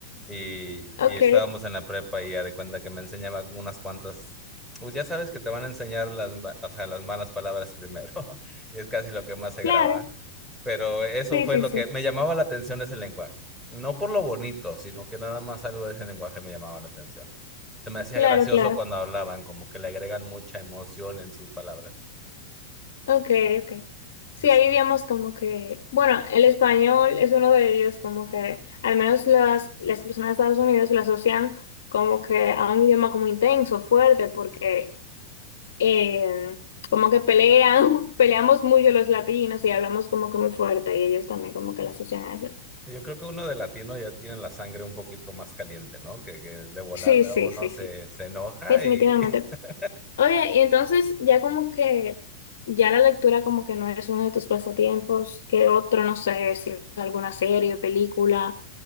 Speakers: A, in the centre; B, on the left.
A: y,
B: Ok,
A: y estábamos en la prepa y ya de cuenta que me enseñaban unas cuantas, pues ya sabes que te van a enseñar las, ma- o sea, las malas palabras primero <laughs> y es casi lo que más se
B: claro.
A: graba. Pero eso
B: Sí,
A: fue
B: sí,
A: lo
B: sí.
A: que me llamaba la atención ese lenguaje. No por lo bonito, sino que nada más algo de ese lenguaje me llamaba la atención. Se me hacía
B: Claro,
A: gracioso
B: claro.
A: cuando hablaban, como que le agregan mucha emoción en sus palabras.
B: Ok, ok. Sí,
A: Sí.
B: ahí digamos como que, bueno, el español es uno de ellos, como que al menos las, las personas de Estados Unidos lo asocian como que a un idioma como intenso, fuerte, porque eh, como que pelean, <laughs> peleamos mucho los latinos y hablamos como que muy fuerte y ellos también como que lo asocian a eso.
A: Yo creo que uno de latino ya tiene la sangre un poquito más caliente, ¿no? Que, que de volada
B: Sí, sí,
A: uno
B: sí,
A: se,
B: sí.
A: se enoja
B: Definitivamente.
A: y... <laughs>
B: Oye, y entonces ya como que ya la lectura como que no es uno de tus pasatiempos, ¿qué otro, no sé, si es alguna serie o película